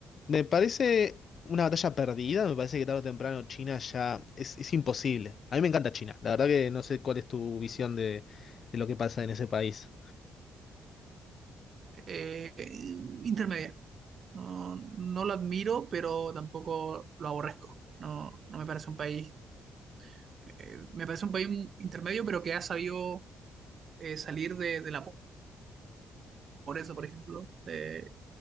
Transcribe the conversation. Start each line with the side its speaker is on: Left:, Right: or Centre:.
Left: Me parece una batalla perdida, me parece que tarde o temprano China ya es, es imposible. A mí me encanta China, la verdad que no sé cuál es tu visión de, de lo que pasa en ese país.
Right: Eh, intermedia. No, no lo admiro, pero tampoco lo aborrezco. No, no me parece un país, eh, me parece un país intermedio, pero que ha sabido eh, salir de, de la Por eso, por ejemplo, eh,